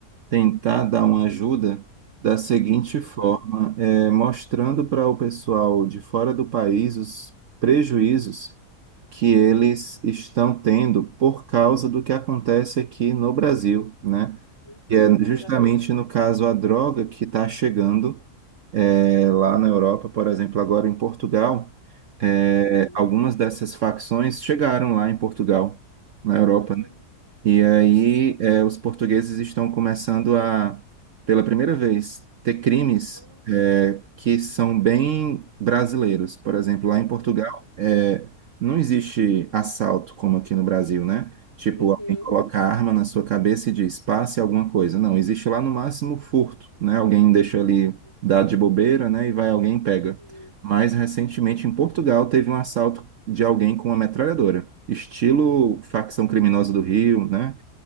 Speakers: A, on the right (about 60°); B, on the left (about 15°).
A: tentar dar uma ajuda da seguinte forma,
B: Uhum.
A: eh, mostrando para o pessoal de fora do país os prejuízos que eles estão tendo por causa do que acontece aqui no Brasil, né?
B: Uhum,
A: E é justamente
B: exato.
A: no caso a droga que está chegando. É, lá na Europa, por exemplo, agora em Portugal, é,
B: Uhum.
A: algumas dessas facções chegaram lá em Portugal, na Europa,
B: Nossa,
A: e aí,
B: sério?
A: eh, os portugueses
B: Sabia?
A: estão começando a, pela primeira vez, ter crimes,
B: Nossa.
A: eh, que são bem brasileiros. Por exemplo, lá em Portugal,
B: Uhum.
A: eh, não existe assalto como aqui no Brasil, né? Tipo,
B: Uhum.
A: alguém coloca a arma na sua cabeça e diz, passe alguma coisa. Não, existe lá no máximo furto, né? Alguém deixa ali,
B: Uhum.
A: dá de bobeira, né? E vai alguém e pega.
B: Sim.
A: Mas recentemente em Portugal teve um assalto de alguém com uma metralhadora, estilo
B: Nossa,
A: facção criminosa do Rio, né?